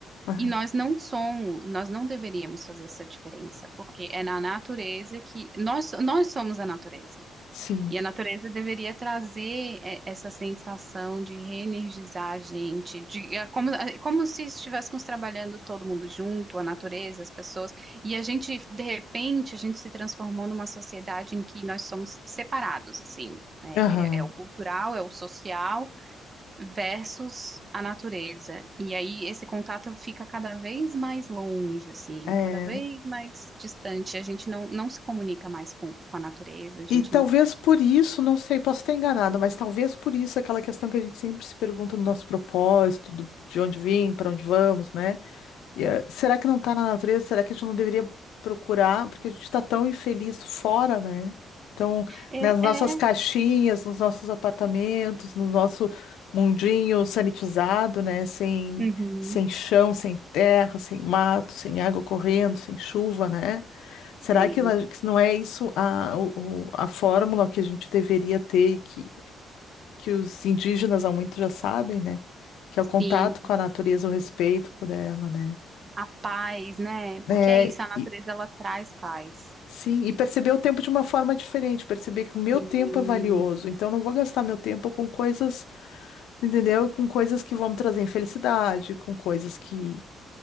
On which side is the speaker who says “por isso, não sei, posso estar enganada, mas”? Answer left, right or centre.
Left